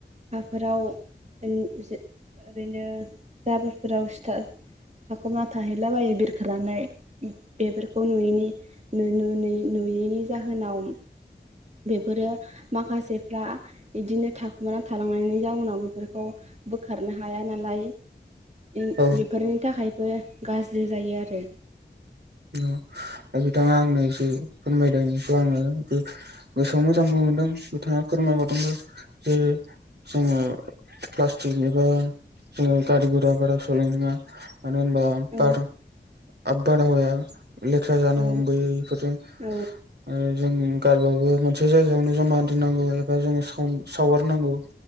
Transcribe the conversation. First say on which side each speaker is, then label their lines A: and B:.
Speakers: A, on the right; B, on the right.
A: हाफोराव ओन जो ओरैनो जाबोरफोराव सिथा थाखुमा थाहैलाबायो बिरखानानै बेफोरखौ नुयैनि नु-नु-नु-नुयै-नुयैनि जाहोनाव बेफोरो माखासेफ्रा इदिनो थाखुमाना थालांनायनि जाउनाव बेफोरखौ बोखारनो हाया नालाय इ
B: औ
A: बेफोरनि बो गाज्रि जायो आरो।
B: दा बिथाङा आंनो जि फोरमायदों बेखौ आङो बि गोसोआव मोजां मोन दों बिथाङा फोरमायहरदोंबो जे जोङो प्लास्टिकनिबो जोङो गारि गुरा बारा सलायनो नाङा। मानो होनबा
A: औ
B: बार आब बारहावाया लेथ्रा जानो
A: औ
B: हमबोयो इफोरजों।
A: औ
B: ओ जों गारबाबो मोनसे जायगायावनो ज'मा दोननांगौ एबा जोङो साव-सावगारनांगौ।